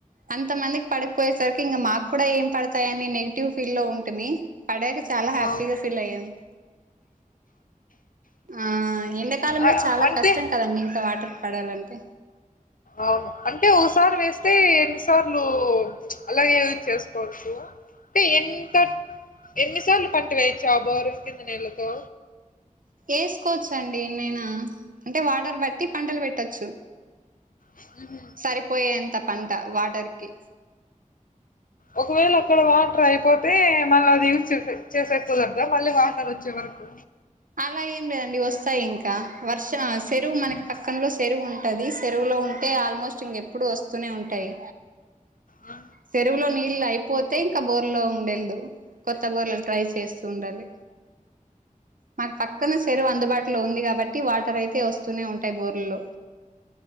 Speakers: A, on the right; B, on the left.
A: అంత మందికి పడకపోయేసరికి ఇంక మాకు కూడా ఏం పడతాయని నెగిటివ్ ఫీల్ లో ఉంటిమి పడాక చాలా హ్యాపీగా
B: అవును
A: ఫీల్ అయ్యాం ఆ ఎండకాలంలో
B: ఆ,
A: చాలా
B: అంటే
A: కష్టం కదండి ఇంక వాటర్ పడాలంటే
B: అవును అంటే ఒకసారి వేస్తే ఎన్నిసార్లు అలాగే యూస్ చేసుకోవచ్చు టే ఎంటక్ ఎన్నిసార్లు పంట వేయొచ్చు ఆ బోరం కింద నీళ్లతో
A: ఏసుకోవచ్చ అండి ఎన్నైనా అంటే వాటర్ బట్టి పంటలు పెట్టచ్చు
B: ఊహూ
A: సరిపోయేంత పంట వాటర్ కి
B: ఒకవేళ అక్కడ వాటర్ అయిపోతే మళ్ళీ అది యూజ్ చేస చేసేకి కుదరదా మళ్ళీ వాటర్ వచ్చే వరకు
A: అలా ఏం లేదండి వస్తాయి ఇంకా వర్ష సెరువు మనకి
B: హ్మ్.
A: పక్కంలో సెరువు ఉంటది సె రువులో ఉంటే ఆల్మోస్ట్ ఇంకెప్పుడూ వస్తూనే ఉంటాయి
B: అ
A: చెరువులో నీళ్ళు అయిపోతే ఇంకా బోర్ లో ఉండెల్దు కొత్త బోర్లలు ట్రై చేస్తూ ఉండాలి మాకు పక్కన చెరువు అందుబాటులో ఉంది కాబట్టి వాటర్ అయితే వస్తూనే ఉంటాయి బోర్లుల్లో